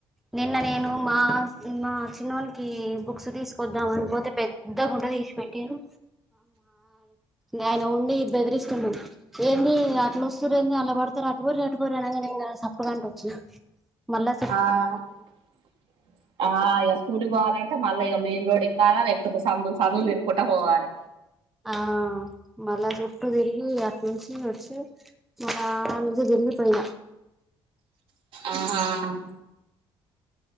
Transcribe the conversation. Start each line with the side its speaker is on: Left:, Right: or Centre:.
Centre: నిన్న నేను మా మా చిన్నోనికి బుక్స్ తీసుకొద్దాం అని పోతే పెద్ద గుంట తీసి పెట్టిండ్రు ఆయన ఉండి బెదిరిస్తున్నాం ఏది అట్లా వస్తురూ ఏది అల పడుత అట్టుపోరి అట్టుపోరి అనగా ఇ సప్పు కంట వచ్చి మళ్ళా స
Right: ఆ ఇక స్కూల్కి పోవాలంటే మళ్ళా ఇక మెయిన్ రోడే ఎక్కల లేకపోతే సందులు సందులు తిరుకుంట పోవాలి
Centre: ఆ మళ్ళా చుట్టూ తిరిగి అట్ నుంచి నచి మళ్ళ నుంచి ఇది పోయిన
Right: ఆహా